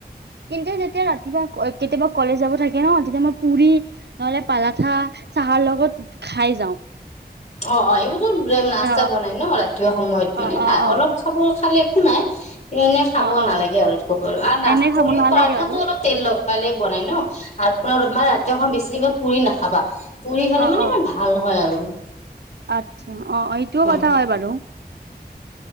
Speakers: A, on the right; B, on the left.
A: কিন্তু যেতিয়া ৰাতিপুৱা কেতিয়াবা কলেজ যাব থাকে ন তেতিয়া মই পুৰি নহলে পালাঠা চাহাৰ লগত খাই যাওঁ।
B: অ অ এইবোৰতো নাস্তা
A: অ
B: বনাই ন ৰাতিপুৱা সময়ত মানে
A: অ
B: হ
A: অ অ
B: অলপ খাব খালে নাই এনে খাব
A: অ অ অ
B: নালাগে আৰু ক ব আৰু নচপৰি
A: এনে খাব নালাগে
B: পৰাঠাতো
A: আৰু
B: অলপ তেল লগা সালে বনাই ন আপোনাৰ মানে ৰাতিখন বেছি পুৰি নাখাবা পুৰি খালে
A: অ
B: মানে
A: অ
B: ইমান ভাল হয় আৰু।
A: আচ্ছা অ এইটোও
B: অ
A: কথা হয় বাৰু।